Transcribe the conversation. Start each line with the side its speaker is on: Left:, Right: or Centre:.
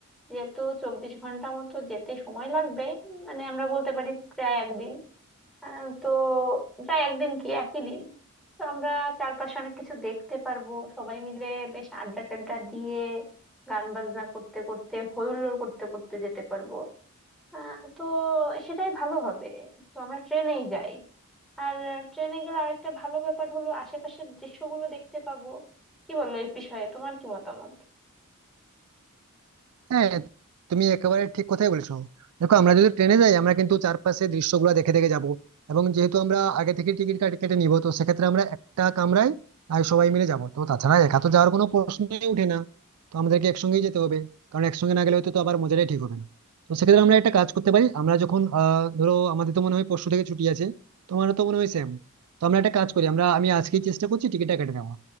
Centre: যেহেতু চব্বিশ ঘন্টা মতো যেতে সময় লাগবে মানে আমরা বলতে পারি প্রায় একদিন আহ, তো প্রায় একদিন কি একই দিন তো আমরা চারপাশে অনেক কিছু দেখতে পারবো সবাই মিলে বেশ আড্ডা টাড্ডা দিয়ে গান বাজনা করতে করতে হই হুল্লোড় করতে করতে যেতে পারবো আহ, তো সেটাই ভালো হবে তো আমরা ট্রেনেই যাই আর ট্রেনে গেলে আরেকটা ভালো ব্যাপার হলো আশেপাশের দৃশ্যগুলো দেখতে পাবো কি বললো এই বিষয়ে তোমার কি মতামত
Right: হ্যাঁ তুমি একেবারে ঠিক কথাই বলেছো দেখো আমরা যদি ট্রেনে যাই আমরা কিন্তু চারপাশে দৃশ্যগুলো দেখে দেখে যাব এবং যেহেতু আমরা আগে থেকে টিকিট কাটে কেটে নিব তো সেক্ষেত্রে আমরা একটা কামরায় আর সবাই মিলে যাব তো তাছাড়া একা তো যাওয়ার কোনো প্রশ্নই উঠে না তো আমাদেরকে একসঙ্গেই যেতে হবে কারণ একসঙ্গে না গেলে হয়তো তো আবার মজাটাই ঠিক হবে না তো সেক্ষেত্রে আমরা একটা কাজ করতে পারি আমরা যখন আহ ধরো আমাদের তো মনে হয় পরশু থেকে ছুটি আছে তোমারও তো মনে হয় সেম তো আমরা একটা কাজ করি আমরা আমি আজকেই চেষ্টা করছি টিকিটটা কেটে নেওয়া